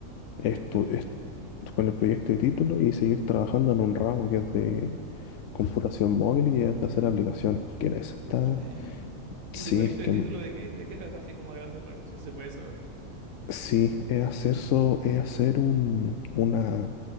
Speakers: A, on the left; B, on the right.
A: esto
B: Proyecto de
A: est-
B: título.
A: con el proyecto de título y seguir trabajando en un ramo que es de computación móvil y es de hacer aplicaciones. Que en eso está?
B: Tremendo. ¿Y
A: Sí,
B: tu proyecto de
A: que
B: título de qué, de qué trata así como a grandes rasgos? Si se puede saber.
A: sí, es hacer, so- es hacer un, una,